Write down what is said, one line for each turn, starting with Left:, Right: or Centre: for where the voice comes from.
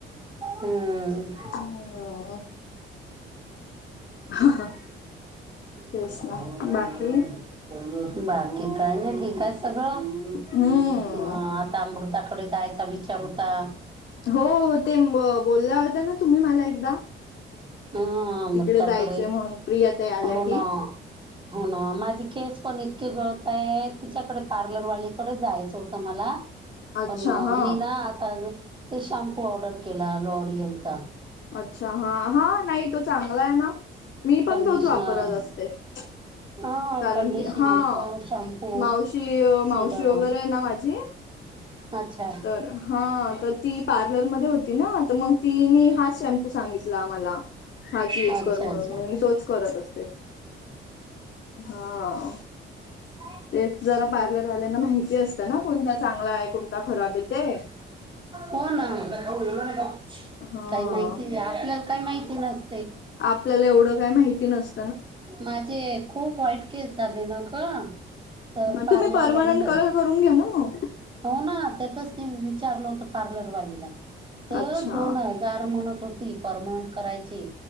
Right: हम्म
Left: हं. हम्म.
Right: <unintelligible>
Left: तेच ना बाकी
Right: बाकी काय नाही ठीक आहे सगळं.
Left: हम्म
Right: अ आता पुरता पुढे जायचा विचार होता.
Left: हो तें ब-बोलल्या होत ना तुम्ही मला एकदा
Right: हं अमृताकडे
Left: तिकडे जायचंय म्हणून प्रिया ताई आल्या
Right: हो
Left: की
Right: ना. हो ना. माझे केस पण इतके गळताहेत तिच्याकडे पार्लरवालीकडे जायचं होतं मला.
Left: अच्छा
Right: पण
Left: हा
Right: मी ना आता ते शॅम्पू ऑर्डर केला लॉरियलचा.
Left: अच्छा हा हा नाही तो चांगला आहे ना मी पण
Right: कंडिशनर
Left: तोच वापरत असते. <inaudible>
Right: हा
Left: कारण
Right: कंडिशनरचा
Left: की हा
Right: शॅम्पू
Left: मावशी, मावशी
Right: सिरम
Left: वगैरे आहे ना माझी
Right: अच्छा.
Left: तर हा तर ती पार्लरमध्ये होती ना, तर मग तिनी हाच शॅम्पू सांगितला मला. हाच युज
Right: अच्छा
Left: कर म्हणून
Right: अच्छा हा
Left: मग मी तोच करत असते. हा.
Right: <inaudible>
Left: तेच जरा पार्लरवाल्यांना माहिती असतं ना कोणता चांगला आहे, कोणता खराब आहे ते.
Right: हो ना.
Left: हा
Right: काही माहिती आपल्याला काही माहिती नस
Left: आपल्याला एवढं काय माहिती नस
Right: माझे खूप व्हाईट केस झाले ना ग. तर
Left: मग
Right: पार्लरवालीला
Left: तुम्ही पर्मनंट कलर करून घ्या ना मग.
Right: हो ना त्याचच ते विचारलं होत पार्लरवालीला. तर
Left: अच्छा
Right: दोन हज <unintelligible> म्हणत होती पर्मनंट करायचे